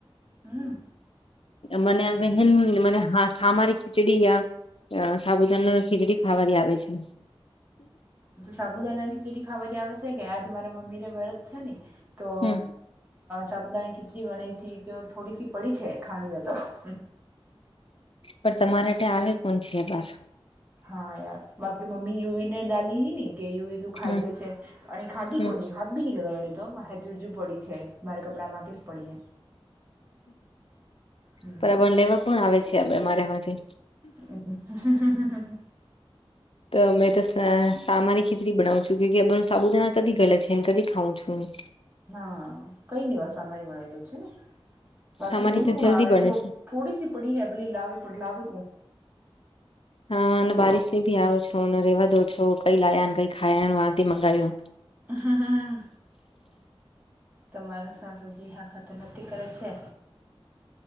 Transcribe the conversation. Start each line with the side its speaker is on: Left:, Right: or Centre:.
Right: હમ્મ
Left: મનેન મ હ સામારી ખીચડી અ સાબુદાણા નું ખીચડી ખાવા આવે છે.
Right: તો સાબુદાના ખીચડી ખાવાની આવે છે કે આજ મારા મમ્મીને વ્રત છે ને તો
Left: હમ
Right: સાબુદાની ખીચડી વનાથી જો થોડી સી પડી છે ખાણી હોય તો
Left: પણ તમારે તે આવે કોણ છે બાર
Right: હા યાર બાપકી મમી યુવીને ડાલી હ ને કે એવીું રીતું ખાઈ
Left: હમ
Right: જાય છે અને ખાદી
Left: હમ
Right: કોની બી ન લગે તો હજુ હજુ પડી છે મારે કમરા માંથી જ પડીએ હમ્મ,
Left: પર આબ લેવા કોણ આવે છે આ બે મારેમાંથી
Right: ઓ
Left: તમે તો <unintelligible> મારી ખીચડી બનાવું છું કે કે બધ સાબુદાના કદી ગલેે છે એને કદી ખઉં છું એ
Right: હા કઈ નિ વા સા અમારી વણ દો છે ને બાકી
Left: સામારી
Right: લેનકુણ
Left: તો જલ્દી
Right: આવે
Left: બને
Right: તો
Left: છે
Right: થોડી સી પડી હ ભલી લલાાવવે પડ લલાવેે કો
Left: હા અને બારિશ ને ભી આવો છો અને રેવા દો છો કઈ લાયા ને કઈ ખાયા વાથી મંગાવો
Right: હ તમારા સાસુજી હાકાત નતી કરે છે